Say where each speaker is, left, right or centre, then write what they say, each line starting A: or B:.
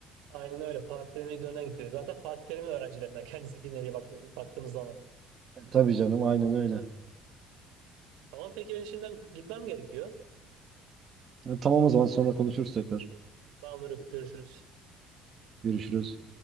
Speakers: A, on the right; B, on the right.
A: Aynen öyle. Fatih Terim'in idolünden gidiyor. Zaten Fatih Terim'in öğrencilerinden kendisi bir nevi baktık, baktığımız zaman.
B: E, Tabii canım aynen öyle.
A: Tamam peki ben şimdiden gitmem gerekiyor.
B: Yani tamam o zaman sonra konuşuruz tekrar.
A: Tamamdır. Görüşürüz.
B: Görüşürüz.